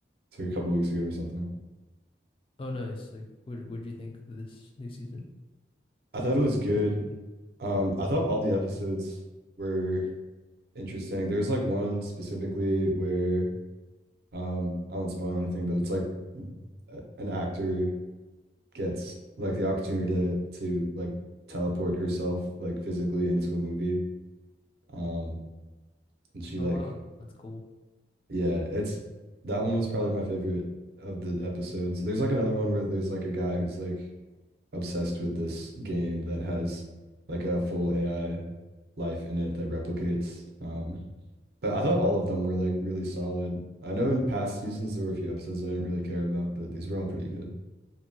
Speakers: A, on the right; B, on the left.
A: It's like a couple weeks ago or something.
B: Oh, nice. Like, what what do you think of this new season?
A: I thought
B: Is
A: it was
B: it
A: good.
B: is it good?
A: Um, I thought all the episodes were interesting. There's like one specifically where Um, I won't spoil anything, but it's like a- an actor gets like the opportunity to to like teleport herself like physically into a movie. Um, and she
B: Oh,
A: like
B: wow. That's cool.
A: yeah, it's that one was probably my favorite of the episodes. There's like another one where there's like a guy who's like obsessed with this game that has like a full AI life in it that replicates. Um, but I thought all of them were like really solid. I know in past seasons there were a few episodes I didn't really care about, but these were all pretty good.